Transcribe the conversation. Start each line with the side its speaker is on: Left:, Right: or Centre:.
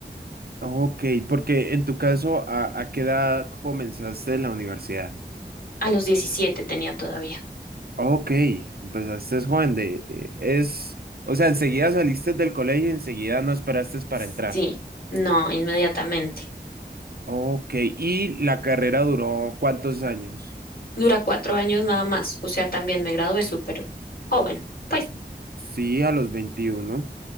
Right: Ok, porque en tu caso, ¿a, a qué edad comenzaste en la universidad?
Left: A los diecisiete tenía todavía.
Right: Ok, empezaste joven de... eh, es, o sea, enseguida saliste del colegio y enseguida no esperaste para
Left: Sí,
Right: entrar.
Left: no, inmediatamente.
Right: Ok, ¿y la carrera duró cuántos años?
Left: Dura cuatro años nada más, o sea, también me gradué súper joven, pues
Right: Sí, a los veintiuno,